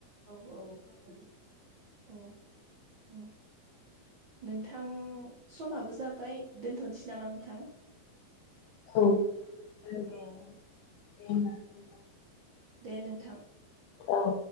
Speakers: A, on the right; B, on the left.
A: औ औ अ उम नोंथां समाबो जाबाय दोनथ'नोसै नामा नोंथां?
B: <unintelligible> औ दे
A: औ
B: औ दे होमबा‌
A: दे नोंथां
B: औ